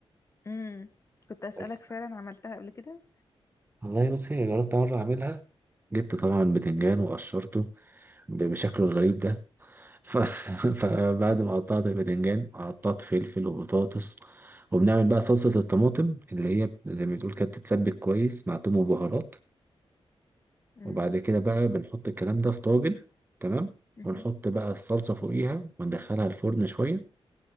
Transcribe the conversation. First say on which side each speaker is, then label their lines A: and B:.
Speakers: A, on the left; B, on the right.
A: امم كنت أسألك
B: بس
A: فعلا عملتها قبل كده
B: والله بصي جربت مره اعملها جبت طبعا بتنجان وقشرته ب- بشكله الغريب ده ف... <laughs> فبعد ما قطعت الباذنجان قطعت فلفل وبطاطس وبنعمل بقى صلصة الطماطم اللي هي زي ما بتقول كده بتتسبك كويس مع توم وبهارات
A: امم
B: وبعد كده بقى بنحط الكلام ده في طاجن تمام
A: امم
B: ونحط بقى الصلصة فوقيها وندخلها الفرن شوية